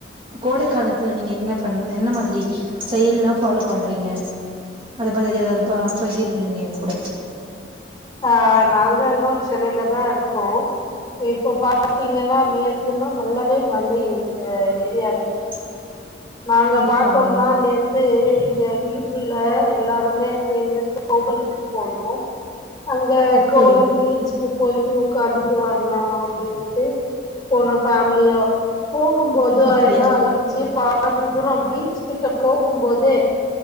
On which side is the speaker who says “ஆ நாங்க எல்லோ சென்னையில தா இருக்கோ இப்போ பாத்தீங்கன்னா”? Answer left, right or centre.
Left